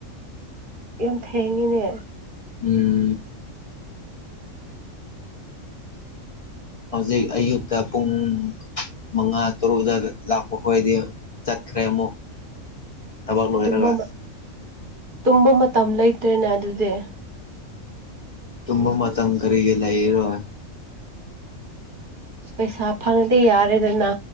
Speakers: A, on the right; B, on the left.
A: ꯌꯥꯝ ꯊꯦꯡꯉꯤꯅꯦ
B: ꯎꯝ ꯍꯧꯖꯤꯛ ꯑꯌꯨꯛꯇ ꯄꯨꯡ ꯃꯉꯥ ꯇꯔꯨꯛ ꯑꯗꯨꯋꯥꯏꯗ ꯂꯥꯛꯄ ꯈꯣꯏꯗꯤ ꯆꯠꯈ꯭ꯔꯦ ꯑꯃꯨꯛ ꯊꯕꯛ ꯂꯣꯏꯔꯒ
A: ꯇꯨꯝꯕ ꯃ ꯇꯨꯝꯕ ꯃꯇꯝ ꯂꯩꯇ꯭ꯔꯦꯅꯦ ꯑꯗꯨꯗꯤ
B: ꯇꯨꯝꯕ ꯃꯇꯝ ꯀꯔꯤꯒꯤ ꯂꯩꯔꯣꯏ
A: ꯄꯩꯁꯥ ꯐꯪꯉꯗꯤ ꯌꯥꯔꯦꯗꯅ